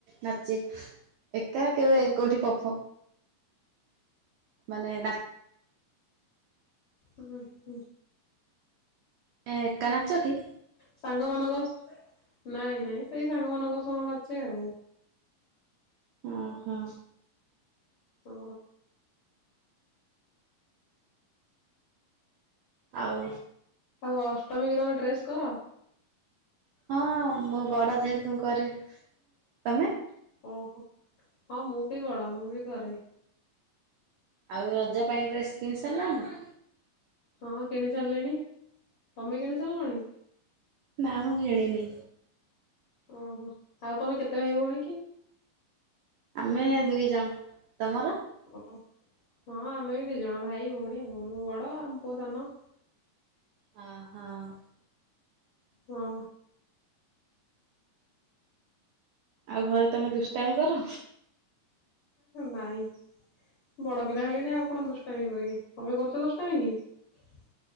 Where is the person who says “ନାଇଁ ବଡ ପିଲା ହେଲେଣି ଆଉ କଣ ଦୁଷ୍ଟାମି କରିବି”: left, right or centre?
Left